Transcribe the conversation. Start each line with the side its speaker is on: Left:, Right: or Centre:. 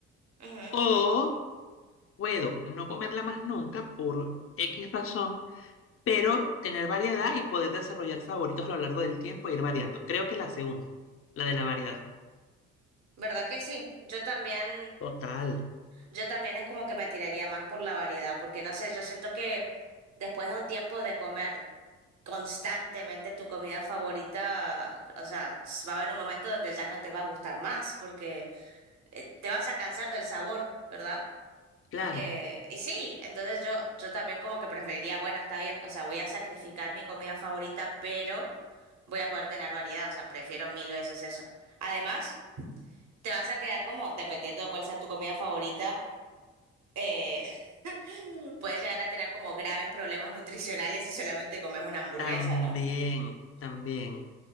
Right: ujú.
Left: O puedo no comerla más nunca por X razón, pero tener variedad y poder desarrollar favoritos a lo largo del tiempo e ir variando. Creo que la segunda, la de la variedad.
Right: ¿Verdad que sí? Yo también,
Left: Total,
Right: yo también es como que me tiraría más por la variedad, porque no sé, yo siento que después de un tiempo de comer constantemente tu comida favorita, o sea, s- va a haber un momento donde ya no te va a gustar más, porque eh, te vas a cansar del sabor, ¿verdad?
Left: claro,
Right: Eh, y sí, entonces yo, yo también como que preferiría, bueno, está bien, o sea, voy a sacrificar mi comida favorita, pero voy a poder tener variedad, o sea, prefiero mil veces eso. Además, te vas a quedar como, dependiendo de cuál sea tu comida favorita, eh, <laughs> puedes llegar a tener como graves problemas nutricionales si solamente comes una hamburguesa,
Left: también,
Right: ¿no?
Left: también,